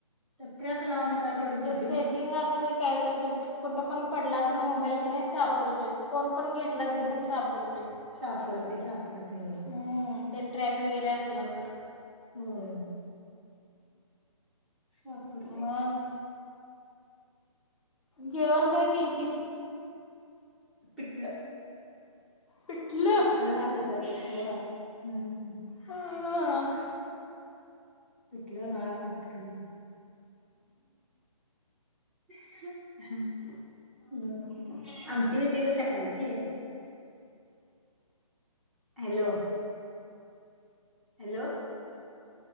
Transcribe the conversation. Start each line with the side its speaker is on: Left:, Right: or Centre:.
Centre: त ट्रॅक
Left: हां
Centre: लावून काय तेवढी
Left: ते
Centre: बुद्धी
Left: सेटिंग
Centre: नको?
Left: असते काय तर ते कुठं पण पडला तर
Centre: हम्म
Left: मोबाईल क नाही सापडतोय. कोण? करुन घेतला
Centre: होय
Left: तरी पण सापडतोय,
Centre: सापडते सापडते होय
Left: हम्म. ट्रॅक वगैरे असल तर.
Centre: होय. सापडते.
Left: मग जेवण काय केलती.
Centre: पिटलं.
Left: पिठलं
Centre: पिटल भातच. पिटल भात हम्.
Left: हा.
Centre: पिठल् भात भाकरी. हा <unintelligible> हम्म. आमटी होती ग सकाळची. हॅलो. हॅलो